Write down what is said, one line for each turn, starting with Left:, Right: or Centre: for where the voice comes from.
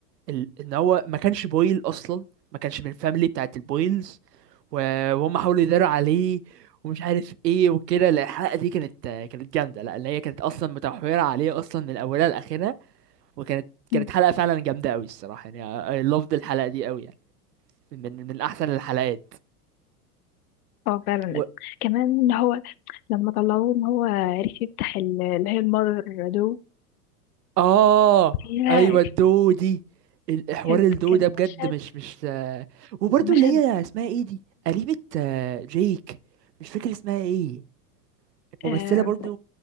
Right: ال- ان هو ما كانش بويل اصلا ما كانش من الفاميلي بتاعت البويلز و- وهم حاولوا يداروا عليه ومش عارف ايه وكده لا الحلقه دي كانت كانت جامده لا اللي هي كانت اصلا متمحوره عليه اصلا من اولها لاخرها وكانت كانت
Left: مم.
Right: حلقه فعلا جامده قوي الصراحه يعني I loved الحلقه دي قوي يعني من من من احسن الحلقات
Left: اه فعلا
Right: و...
Left: كمان إن هو لما طلعوه ان هو عرف يفتح ال- اللي هي المادر دو
Right: اه
Left: فيها
Right: ايوه الدو دي الحوار
Left: كان
Right: الدو
Left: كان
Right: ده بجد
Left: مشهد
Right: مش مش آه، وبرضه
Left: مشهد
Right: اللي هي اسمها ايه دي قريبة آه، جيك مش فاكر اسمها ايه ممثلة
Left: آه،
Right: برضو